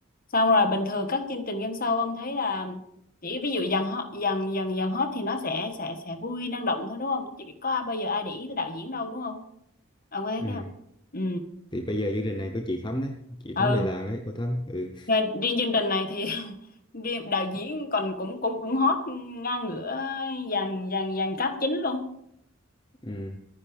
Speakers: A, on the left; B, on the left.
A: xong rồi bình thường các chương trình game show ông thấy là chỉ ví dụ dàn hot dàn dàn dàn hot thì nó sẽ sẽ sẽ vui năng động thôi đúng không chỉ có ai- bây giờ ai để ý tới đạo diễn đâu đúng không ông có thấy
B: Ừ.
A: thế không ừ
B: thì bây giờ chương trình này có chị Thắm đấy chị Thắm
A: ừ
B: về làng đấy cô Thắm ừ
A: Nghe- riêng chương trình này thì <laughs> riêng đạo diễn còn cũng cũng cũng hot ngang ngửa dàn dàn dàn cast chính luôn
B: Ừ.